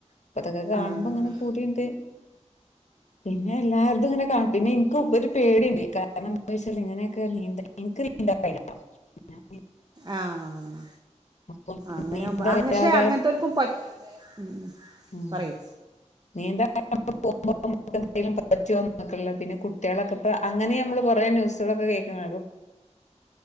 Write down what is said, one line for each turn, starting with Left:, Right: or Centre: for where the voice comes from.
Left: ഇപ്പ ഇ തൊക്കെ കാണുമ്പോ
Right: ആഹ്
Left: അങ്ങനെ പൂതിയുണ്ട് പിന്നെ എല്ലാവർക്കും ഇങ്ങനെ കാണും പിന്നെ എനി ക്ക്ും ഒരു പേടിയുണ്ട് കാരണം എന്ത വെച്ചാല് ഇങ്ങനെയൊക്കെ നീന്ത ഇൻക്രീ ആായി <inaudible> <unintelligible>
Right: ആഹ്
Left: അപ്പൊ
Right: അങ്ങനാവുമ്പം
Left: നീന്തറിയാതെ
Right: ക്ഷെ അങ്ങൻത്തോൽക്കും പ ഉം ഉം
Left: ഉം
Right: പറയ്
Left: നീ എന്താ <unintelligible> <unintelligible> നക്ക പിന്നെ കുട്ടികളൊക്കെ ഇപ്പൊ അങ്ങനെ നമ്മള് കൊറേ ന്യൂസുകളൊക്കെ കേൾക്ക്ണ